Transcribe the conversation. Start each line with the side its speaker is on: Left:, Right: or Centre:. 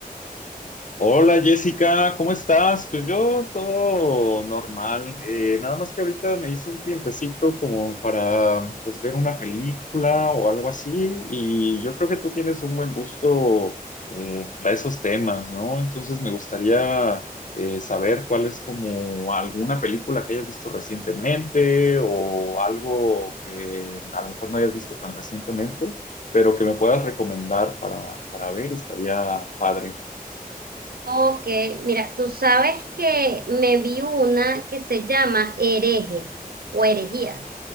Left: Hola Jessica, ¿cómo estás? Pues yo todo normal, eh, nada más que ahorita me hice un tiempecito como para pues ver una película o algo así y yo creo que tú tienes un buen gusto eh, para esos temas, ¿no? Entonces me gustaría eh, saber cuál es como alguna película que hayas visto recientemente o algo que a lo mejor no hayas visto tan recientemente, pero que me puedas recomendar para, para ver, estaría padre.
Right: Ok, mira, tú sabes que me vi una que se llama Hereje o Herejía,